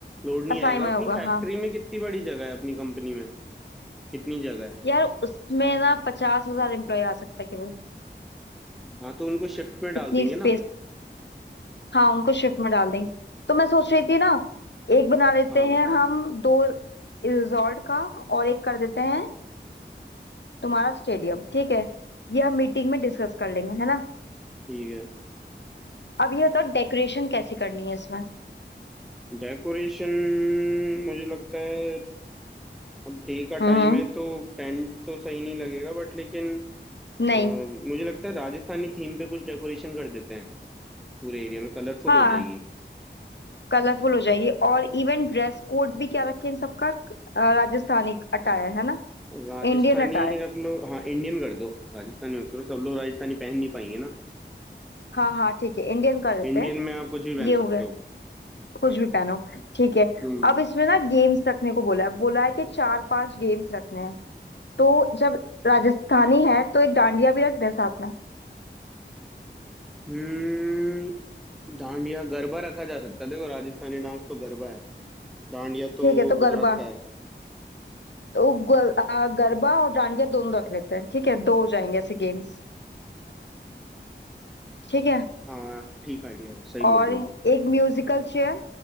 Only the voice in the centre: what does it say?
लोड नहीं
आएगा
अपनी
फैक्ट्री
में कितनी बड़ी जगह है अपनी कंपनी में कितनी जगह है
हाँ तो उनको शिफ्ट में डाल
देंगे
ना
हाँ
बताओ
ठीक है
डेकोरेशन मुझे लगता है अब डे का
टाइम है तो टेंट तो सही नहीं लगेगा बट लेकिन अ,
मुझे लगता है राजस्थानी थीम पे कुछ डेकोरेशन कर देते हैं पूरे एरिया में कलरफुल
हो जाएगी
राजस्थानी
रख लो हाँ इंडियन कर दो राजस्थानी मत करो सब लोग राजस्थानी पहन नहीं पाएंगे ना
इंडियन
में आप कुछ भी पहन
सकते
हो
हम्म
हम्म डांडिया गरबा रखा जा सकता है देखो राजस्थानी डांस तो गरबा है डांडिया तो
गुजरात का है
हाँ ठीक आइडिया है सही
बोल रही हो